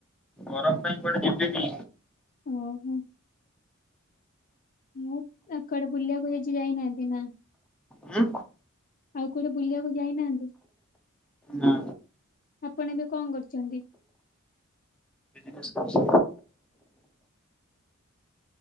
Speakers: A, in the centre; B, on the left.
A: ଗରମ ପାଇଁ କୁଆଡେ ଯିବିନି?
B: ଓହୋ। ମୁଁ ତାଙ୍କ ଆଡେ ବୁଲିବାକୁୁ <unintelligible> ଯାଇନାହାନ୍ତି ନା?
A: ହୁଁ।
B: ଆଉ କୁଆଡେ ବୁଲିବାକୁ ଯାଇନାହାନ୍ତି
A: ନା
B: ଆପଣ ଏବେ କଣ କରୁଛନ୍ତି?
A: ଛି